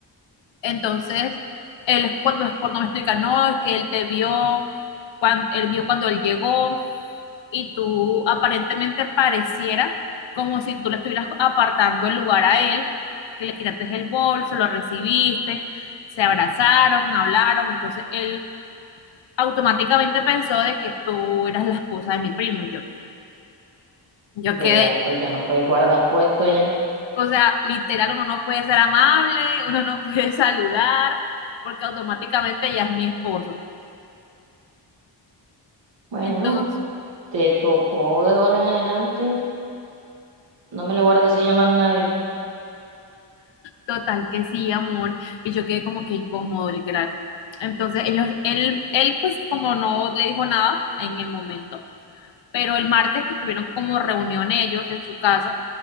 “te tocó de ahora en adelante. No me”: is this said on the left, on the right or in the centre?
Right